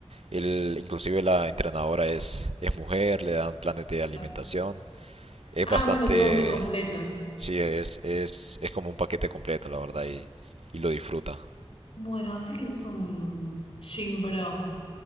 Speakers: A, on the right (about 85°); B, on the left (about 70°).
A: él, inclusive la entrenadora es, es mujer, le dan planes de alimentación,
B: Claro.
A: es
B: Ah,
A: bastante,
B: bueno, todo muy completo.
A: sí, es, es, es como un paquete completo, la verdad, y, y lo disfruta.
B: Bueno, así que sos un gym bro.